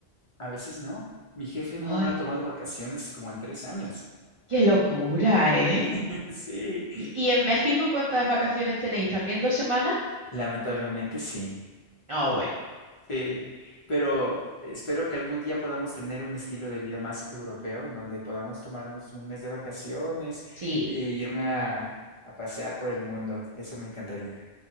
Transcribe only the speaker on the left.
A veces no. Mi jefe no
ha tomado vacaciones como en tres años.
<laughs> Sí,
lamentablemente sí.
Sí, pero espero que algún día podamos tener un estilo de vida más europeo en donde podamos tomarnos un mes de vacaciones
e irme a, a pasear por el mundo. Eso me encantaría.